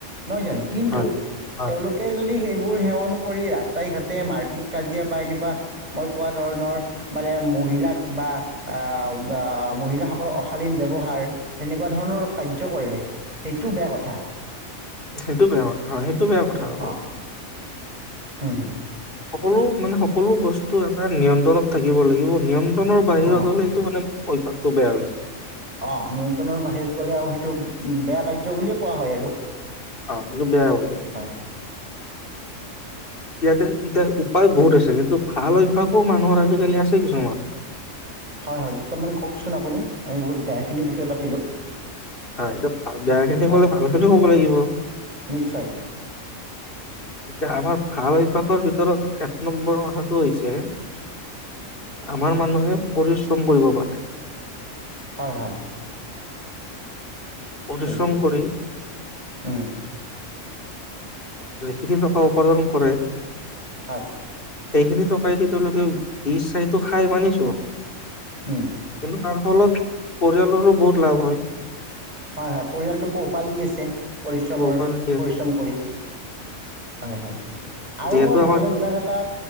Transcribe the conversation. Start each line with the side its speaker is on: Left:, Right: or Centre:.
Right: নহয় জানো কিন্তু
Left: হয়। হয়।
Right: তেওঁলোকে যদি সেই বোৰ সেৱন কৰি ৰাস্তাই ঘাটে মাৰ পিট কাজিয়া বা মই কোৱা ধৰনৰ মানে মহিলাক বা আ বা মহিলাসকলৰ অশালীন ব্যৱহাৰ সেনেকোৱা ধৰণৰ কাৰ্য কৰে সেইটো বেয়া কথা
Left: সেইটো বেয়া কথা হয় সেইটো বেয়া কথা
Right: সহ
Left: হ'ব।
Right: হম হম
Left: সকলো মানে সকলো বস্তুৱে নিয়ন্ত্ৰণত থাকিব লাগিব নিয়ন ন্ত্ৰণৰ বাহিৰত
Right: অঁ
Left: হলে এইটো মানে অভ্যাস তুবে হয়ইচ
Right: অ নিয়ন্ত্ৰণৰ বাহিৰত গ'লে আৰু সেইটো উ বেয়া কাৰ্য বুলিয়ে কোৱা হয় আৰু
Left: অহ এইটো বেয়া অভিকায়
Right: হয়
Left: ইয়াতে ইতিয়া উপায় বহুত আছে কিন্তু ভাল অভ্যাসো মানুহৰ আজিকালি আছে কিছুমান
Right: হয় হয় দুটামান কওকচোন আপুনি আমি বহুত বেয়াখিনি বিষয়ে পাতিলোঁ
Left: হয় এইটো বেয়া খিনি
Right: হয়
Left: কলে ভাল খিনিও কব লাগিব।
Right: নিশ্চয়
Left: এতিয়া আমাৰ ভাল অভ্যাসৰ ভিতৰত এক নম্বৰ কথাটো হৈছে আমাৰ মানুহে পৰিশ্ৰম কৰিব পাৰে।
Right: হয় হয় ঠিকেই
Left: পৰিশ্ৰম কৰি
Right: উম,
Left: যিখিনি টকা উপাৰ্জন কৰে
Right: সাত
Left: সেইখিনি টকায় দি তেওঁলোকে দী চাই টো খাই মানিছো
Right: উম,
Left: কিনো তাৰ ফলত পৰিয়ালৰো বহুত লাভ হয়
Right: হয় হয় পৰিয়ালটো পোহপাল দি আছে পৰিশ্ৰমৰ
Left: পোহপাল দিয়ে
Right: পৰিশ্ৰম কৰি হয় হয় আৰু
Left: যিহেতু
Right: মই
Left: আমাৰ
Right: ভাল অভ্যাস এটা